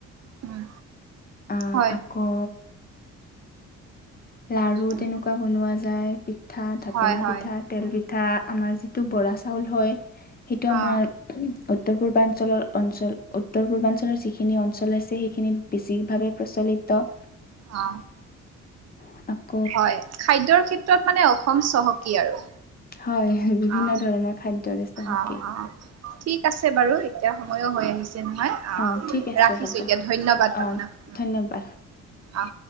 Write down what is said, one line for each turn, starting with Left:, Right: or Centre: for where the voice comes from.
Right: উম,
Left: আ,
Right: হয়
Left: আকৌ লাড়ু
Right: উম
Left: তেনেকুৱা বনোৱা যায়, পিঠা ঢাপিনা
Right: হয় হয়
Left: পিঠাত। তেল
Right: হয়
Left: পিঠা, আমাৰ যিটো বৰা চাউল হয়, সেইটো আমাৰ
Right: অ
Left: উত্তৰ পূৰ্বাঞ্চলৰ অঞ্চল, উত্তৰ পূৰ্বাঞ্চলৰ যিখিনি অঞ্চল আছে সেইখিনিত। বেছিভাৱে প্ৰচলিত।
Right: অ,
Left: <inaudible>
Right: হয় খাদ্যৰ ক্ষেত্ৰত মানে অসম চহকী আৰু।
Left: হয় বিভিন্ন
Right: অ
Left: ধৰণৰ খাদ্যৰে চহকী।
Right: অ', অ'। ঠিক আছে বাৰু এতিয়া সময়ো হৈ আহিছে নহয় আহ
Left: অ ঠিক আছে
Right: ৰাখিছো
Left: হ'ব
Right: এতিয়া ধন্যবাদ
Left: অ
Right: আপোনাক
Left: ধন্যবাদ।
Right: অ'।